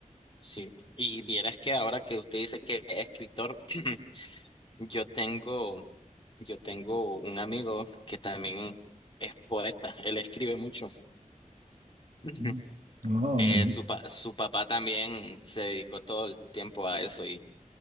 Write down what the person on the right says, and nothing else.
Mm. Ah,
muy-